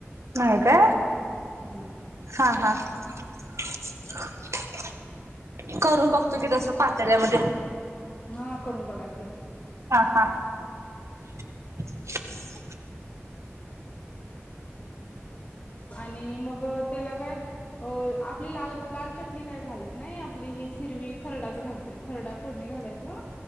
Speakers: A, on the right; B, on the left.
A: नाय का
B: हम्म
A: हा हा <unintelligible> करून बघतो की जस पातेल्या मध्ये <unintelligible>
B: हा करून बघा <unintelligible>
A: हा हा <unintelligible> छः. ह
B: आणि मग त्याला काय अ आपली लाल लाल चटणी काय घालत नाही आपली हीच हिरवी खरडाच घालतोय खरडा फोडणी घालायचं,